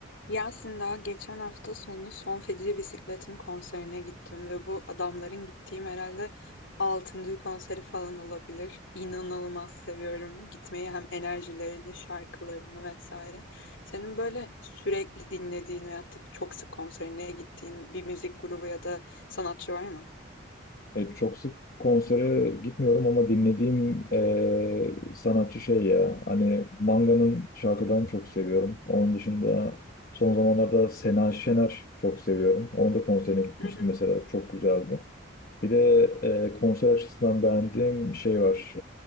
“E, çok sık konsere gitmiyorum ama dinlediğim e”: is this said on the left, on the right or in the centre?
Left